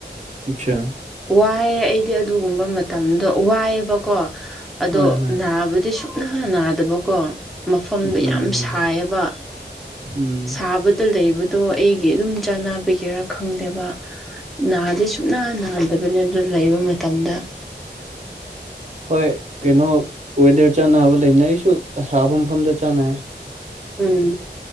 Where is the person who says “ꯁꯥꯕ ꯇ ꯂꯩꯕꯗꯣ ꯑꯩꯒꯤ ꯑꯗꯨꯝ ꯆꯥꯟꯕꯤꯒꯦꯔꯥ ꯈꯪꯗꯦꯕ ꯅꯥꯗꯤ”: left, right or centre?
Centre